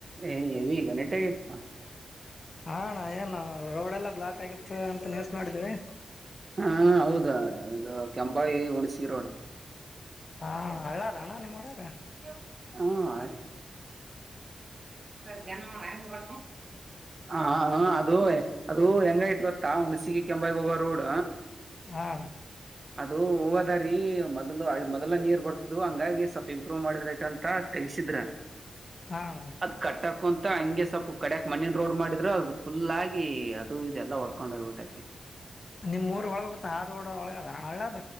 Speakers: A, on the right (about 35°); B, on the left (about 45°).
A: ಎ ಏ್ಯವ ಗಣೇಟ್ಟ್ ಆಗೀತೆ ಪಾ
B: ಹಾ ಅಣ್ಣ ಏನ ರೋಡ್ ಎಲ್ಲ ಬ್ಲಾಕ್ ಆಗಿತ್ ಅಂತ ನ್ಯೂಸ್ ನೋಡಿದ್ದೀವಿ
A: ಹಾ ಹೌದ ಇದ ಕೆಂಬಾಯಿ ಹುಣಸಿ ರೋಡ್.
B: ಹಾ ಹಳ್ಳ ಅದ ಅಣ್ಣ ನಿಮ್ಮ್ ಊರಾಗ್.
A: ಯೋ ಹು ಆಯ್ತಾ <inaudible> ಹಾ ಹಾ ಹಾ ಅದು ಅದು ಹೆಂಗ ಆಗಿದೆ ಗೊತ್ತಾ? ಹುಣಸಿಗೆ ಕೆಂಬಾಯಿ ಗೆ ಹೋಗ ರೋಡ
B: ಹಾ
A: ಅದು ಹೋಗೋದಾರಿ ಮೊದ್ಲು ಮೊದ್ಲ ನೀರ್ ಬರತ್ತಿದ್ದ್ವಿ ಹಂಗಾಗಿ ಸಪ ಇಂಪ್ರೂವ್ ಮಾಡಿದರೈತ ಅಂತ ತಕಸಿದ್ರ <inaudible>
B: ಹಾ ಅಣ್ಣ
A: ಅದ್ ಕಟ್ಟ ಕುಂತಳ ಹಂಗೆ ಸ್ವಲ್ಪ ಕಡ್ಯಾಕ್ ಮಣ್ಣಿನ ರೋಡ್ ಮಾಡಿದ್ರ ಅದು ಫುಲ್ ಆಗಿ ಅದು ಇದೆಲ್ಲಾಓಡ್ಕೊಂಡ್ ಹೋಗ್ಬಿಟೈತಿ.
B: ಅದ ನಿಮ್ ಊರ ಒಳ ಬರತ್ತ ಆ ರೋಡ್ ಒಳಗ್ ಹಳ್ಳ ಅದ.